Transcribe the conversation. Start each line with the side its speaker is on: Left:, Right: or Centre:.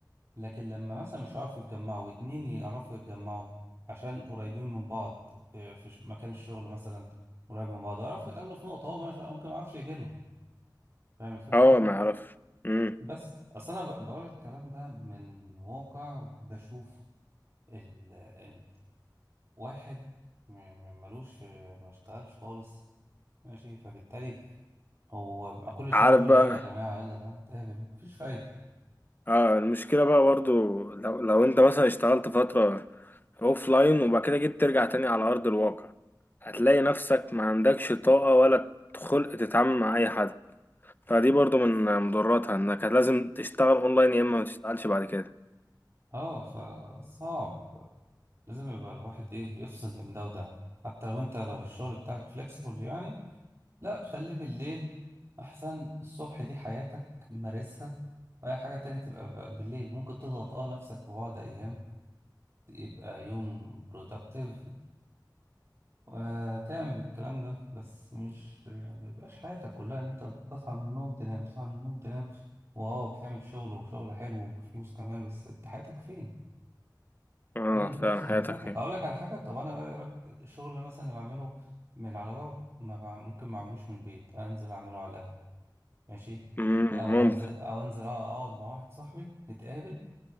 Right: لكن لما مثلا مش هيعرفوا يتجمعوا واتنين يعرفوا يتجمعوا عشان قريبين من بعض في في ش- مكان الشغل مثلا قريب من بعض يعرفوا يتقابلوا في نقطة هو مش- ممكن ما يعرفش يجيلهم فاهم الفكرة؟
Left: اه ما يعرف مم.
Right: بس اصل انا ب- بقول الكلام ده من واقع بشوف ال... ال- واحد م- م- ملوش في ما اشتغلش خالص ماشي فبالتالي هو بقى كل
Left: عارف
Right: شويه عمال
Left: بقى
Right: يقول يلا يا جماعه يلا يا جماعه نتقابل مفيش فايده
Left: اه المشكلة بقى برضو لو, لو انت مثلا اشتغلت فترة اوف لاين وبعد كده جيت ترجع تاني على ارض الواقع هتلاقي نفسك ما عندكش طاقة ولا خلق تتعامل مع اي حد فدي برضو من مضراتها انك لازم تشتغل اونلاين يا اما ما تشتغلش بعد كده
Right: اه فصعب لازم يبقى الواحد ايه يفصل من ده وده حتى لو انت لو الشغل بتاعك فليكسيبل يعني لا خليه بالليل احسن الصبح دي حياتك مارسها واي حاجه تانية تبقى ب- بالليل ممكن تضغط اه نفسك في بعض ايام يبقى يوم productive وتعمل الكلام ده بس مش ما يبقاش حياتك كلها ان انت بتصحى من النوم تنام تصحى من النوم تنام واو بتعمل شغل وشغل حلو وبفلوس كمان بس انت حياتك فين؟
Left: اه
Right: دي جزء
Left: فعلا حياتك
Right: من حياتك
Left: فيه
Right: اقول لك على حاجه طب انا بقى إيه رأيك الشغل مثلا اللي بعمله من على بعض ما بع- ممكن ما اعملوش من البيت انزل اعمله على القهوه ماشي
Left: مم،
Right: او
Left: ممكن
Right: انزل او انزل اقعد مع واحد صاحبي نتقابل